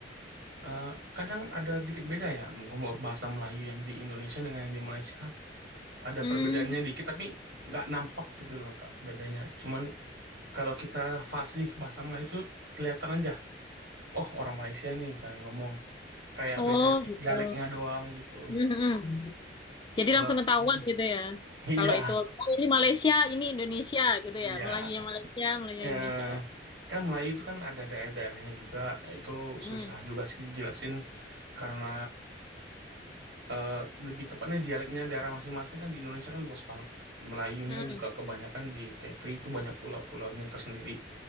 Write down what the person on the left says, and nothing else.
Hmm.
oh
gitu
Mm-mm. jadi
langsung ketahuan
gitu ya
kalau itu oh, ini Malaysia ini Indonesia gitu
ya Melayu yang Malaysia Melayu yang
Indonesia oh.
Mm.
Mm.